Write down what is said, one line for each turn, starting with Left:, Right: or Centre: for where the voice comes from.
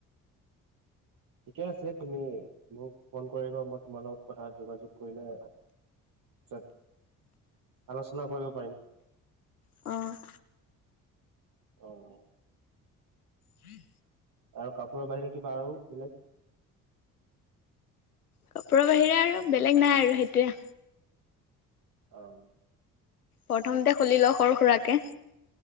Right: ঠিকে আছে তুমি মোক ফোন কৰিবা, মই তোমাৰ লগত কথা যোগাযোগ কৰিলে য'ত আলোচনা কৰিব পাৰিম।
Left: অ'।
Right: অ'।
Left: হম,
Right: আৰু কাপোৰৰ বাহিৰে কিবা আৰু বেলেগ?
Left: কাপোৰৰ বাহিৰে আৰু বেলেগ নাই আৰু সেইটোৱে।
Right: অ',
Left: প্ৰথমতে খুলি লও সৰু-সুৰাকে।